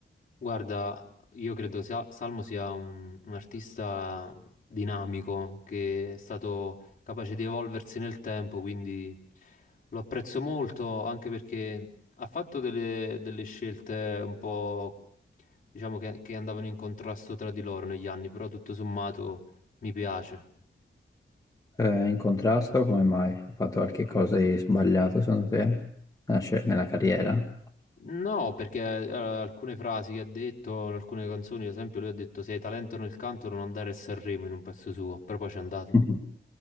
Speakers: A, on the left (about 40°); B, on the left (about 15°).
A: Guarda, io credo sia- Salmo sia un, un artista dinamico che è stato capace di evolversi nel tempo, quindi lo apprezzo molto anche perché ha fatto delle, delle scelte un po', diciamo, che, che andavano in contrasto tra di loro negli anni, però tutto sommato mi piace.
B: Eh, in contrasto, come mai? Ho fatto qualche cosa di sbagliato secondo te? Nella, scel- nella carriera?
A: No, perché eh, alcune frasi che ha detto in alcune canzoni, ad esempio, lui ha detto se hai talento nel canto non andare a Sanremo in un pezzo suo, però poi c'è andato.
B: <laughs>